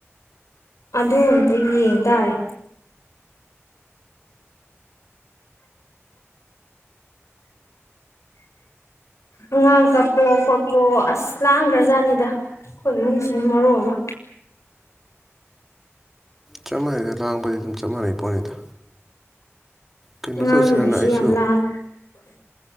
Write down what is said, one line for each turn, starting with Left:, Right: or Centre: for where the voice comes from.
Left: ꯑꯗꯨ ꯑꯝꯇꯪ ꯌꯦꯡꯇꯥꯥꯔꯦ ꯑꯉꯥꯡ ꯀꯥꯞꯄꯣ ꯈꯣꯠꯄꯑꯣ ꯑꯁ ꯂꯥꯡꯈ꯭ꯔꯖꯥꯠꯅꯤꯗ ꯑꯩꯈꯣꯏ ꯏꯃꯨꯡꯁꯤꯅ ꯃꯔꯣꯜ ꯑꯃ꯫
Centre: ꯆꯞ ꯃꯥꯟꯅꯩ ꯂꯥꯡꯕꯗꯤ ꯑꯗꯨꯝ ꯆꯞ ꯃꯥꯟꯅꯩ ꯄꯣꯠꯅꯤꯗ꯫ ꯀꯩꯅꯣ
Left: ꯑꯉꯥꯡ
Centre: ꯇꯧꯁꯤꯔꯅ
Left: ꯅꯨꯨꯕꯤꯁꯤ
Centre: ꯑꯩꯁꯨ
Left: ꯌꯥꯝ ꯂꯥꯡꯑꯦ